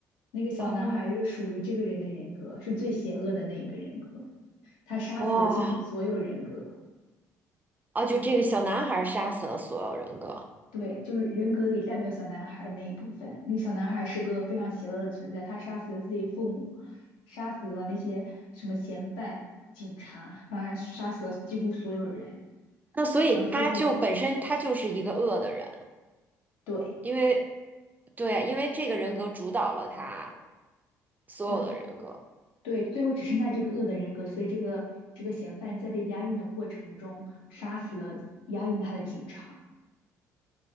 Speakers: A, on the left; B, on the right.
A: 那个小男孩是属于这个人的人格，
B: 哦，
A: 是最邪恶的那一个人格，他杀死了几乎所有人格。
B: 哇，啊，就这个小男孩杀死了所有人格，
A: 对，就是人格里代表小男孩那一部分。那小男孩是个非常邪恶的存在，他杀死了自己父母，杀死了那些什么嫌犯、警察，当然杀死了几乎所有人。
B: 那所以他就本身他就是一个恶的人，
A: 然后最后，对
B: 因为对啊，因为这个人格主导了他所有的人格。
A: 对对，最后只剩下这个恶的人格，所以这个这个嫌犯在被押运的过程中杀死了押运他的警察。